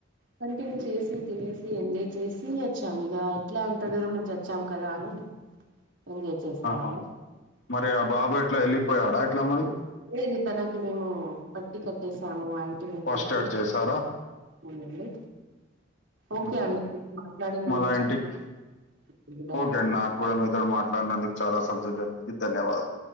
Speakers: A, on the right; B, on the left.
A: కంటిన్యూ చేసి తినేసి ఎంజాయ్ చేసి వచ్చాం ఇక ఎట్లా ఎంత దూరం నుంచి వచ్చాం కదా అని ఎంజాయ్ చేసామండి
B: ఆహా మరి ఆ బాబు ఎట్లా వెళ్ళిపోయాడా ఎట్లా మరి
A: ఏది తనకి మేము పట్టి కట్టేసాము అండ్ టి మెంట్
B: ఫస్ట్
A: పెట్టి
B: ఎయిడ్ చేసారా?
A: అవునండి ఓకే
B: హుహు.
A: అండి మీరు మాట్లాడినందుకు
B: మళ్ళా
A: చాలా
B: ఇంటికి
A: ధన్యవాదాలు
B: ఓకే అండి నాకు కూడా మీతో మాట్లాడినందుకు చాలా సంతోషం కి ధన్యవాదాలు